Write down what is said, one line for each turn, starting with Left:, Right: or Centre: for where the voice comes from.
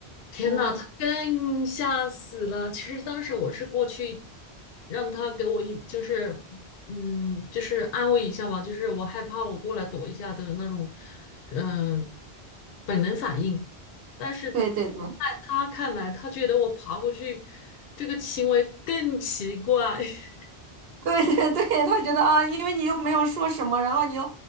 Left: 天呐，
Right: 嗯，
Left: 他更吓死了！其实当时我是过去让他给我一，就是，嗯，就是安慰一下吧，就是我害怕我过来躲一下的那种，嗯、本能反应。但是在
Right: 对对对
Left: 他看来，他觉得我爬过去这个行为更奇怪。<laughs>
Right: 对对对，他觉得啊，因为你又没有说什么，然后你又